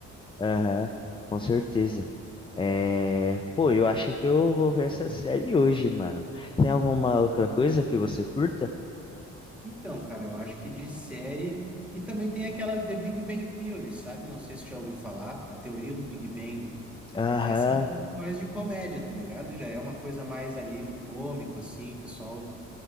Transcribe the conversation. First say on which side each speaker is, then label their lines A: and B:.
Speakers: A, on the left; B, in the centre.
A: Aham, com certeza. É... Pô, eu acho que eu vou ver essa série hoje, mano. Tem alguma outra coisa que você curta?
B: Então, cara, eu acho que de série. E também tem aquela The Big Bang Theory, sabe? Não sei se já ouviu falar, a teoria do Big Bang.
A: Aham,
B: Essa é um pouco mais de comédia, tá ligado? Já é uma coisa mais alívio cômico, assim, o pessoal